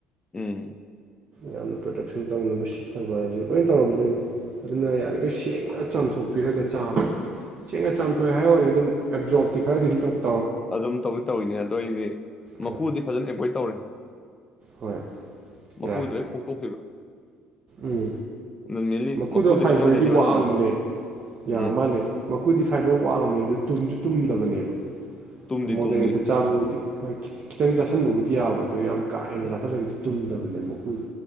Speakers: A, on the left; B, on the right.
A: ꯎꯝ
B: ꯌꯥꯝꯅ ꯄ꯭ꯔꯗꯛꯁꯟ ꯇꯧꯅꯕ ꯁꯤꯠꯅꯕ ꯍꯥꯏꯁꯦ ꯂꯣꯏ ꯇꯧꯔꯝꯗꯣꯏꯅꯤ ꯑꯗꯨꯅ ꯌꯥꯔꯤꯈꯩ ꯁꯦꯡꯅ ꯆꯥꯝꯊꯣꯛꯄꯤꯔꯒ ꯆꯥꯕ ꯁꯦꯡꯅ ꯆꯥꯝꯊꯣꯛꯑ ꯍꯥꯏꯋꯥꯅꯦ ꯑꯗꯨꯝ ꯑꯦꯞꯖꯣꯔꯞꯇꯤ ꯈꯔꯗꯤ ꯑꯗꯨꯝ ꯇꯧ
A: ꯑꯗꯨꯝ ꯇꯧꯗꯤ ꯇꯧꯋꯤꯅꯦ ꯑꯗꯣ ꯑꯩꯗꯤ ꯃꯀꯨꯗꯤ
B: ꯍꯣꯏ
A: ꯐꯖꯅ ꯑꯦꯕꯣꯏꯠ ꯇꯧꯔꯦ
B: ꯍꯣꯏ
A: ꯃꯀꯨꯗꯨ
B: ꯌꯥꯏ
A: ꯂꯣꯢ ꯈꯣꯛꯇꯣꯛꯈꯤꯕ
B: ꯎꯝ
A: ꯃꯦꯟꯂꯤ
B: ꯃꯈꯨꯗꯣ
A: ꯃꯀꯨꯗ
B: ꯐꯥꯏꯕꯔꯗꯤ
A: ꯆꯪꯉꯝꯗꯣꯏꯅꯦꯕ
B: ꯋꯥꯡꯕꯅꯦ
A: ꯑꯅꯝꯕꯅ
B: ꯌꯥꯝ
A: ꯎꯝ
B: ꯃꯥꯥꯟꯅꯦ ꯃꯀꯨꯗꯤ ꯐꯥꯏꯕꯔ ꯋꯥꯡꯕꯅꯦ ꯑꯗꯨ ꯇꯨꯝꯁꯨ ꯇꯨꯝꯗꯕꯅꯦꯕ
A: ꯇꯨꯝꯗꯤ
B: ꯃꯣꯗꯔꯦꯠꯇ
A: ꯇꯨꯝꯗꯦ ꯑꯁ
B: ꯆꯥꯕꯕꯨꯗꯤ
A: ꯃꯀꯨ
B: ꯍꯣꯏ ꯈꯤꯇꯪ ꯆꯥꯁꯟꯕꯕꯨꯗꯤ ꯌꯥꯕ ꯑꯗꯣ ꯌꯥꯝ ꯀꯥ ꯍꯦꯟꯅ
A: ꯎꯝ
B: ꯆꯥꯁꯜꯂꯒꯗꯤ ꯇꯨꯝꯗꯕꯅꯦ ꯃꯀꯨꯗꯣ